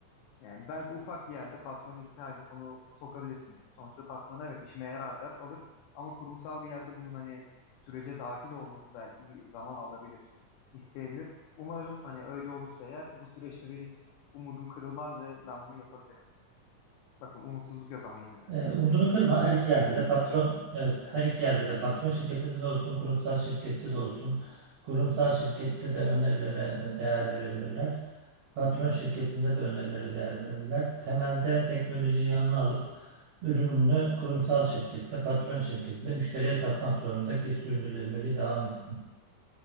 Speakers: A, on the left; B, on the right.
A: Yani belki ufak bir yerde patronu ikna edip bunu sokabilirsin. Sonuçta patron evet işime yarar der alır. Ama kurumsal bir yerde bunun hani sürece dahil olması belki bir zaman alabilir, isteyebilir. Umarım hani öyle olursa eğer bu süreçte benim umudum kırılmaz ve ben bunu yapabilirim. Bakın umutsuzluk yok ama yine de.
B: E, umudunu kırma. Her iki yerde de patron, evet her iki yerde de patron şirketinde de olsun, kurumsal şirkette de olsun. Kurumsal şirkette de önerilere değer verebilirler. Patron şirketinde de önerilere değer verirler. Temelde teknolojiyi yanına alıp ürününü kurumsal şirkette, patron şirketinde müşteriye satmak zorunda ki sürdürülebilirliği devam etsin.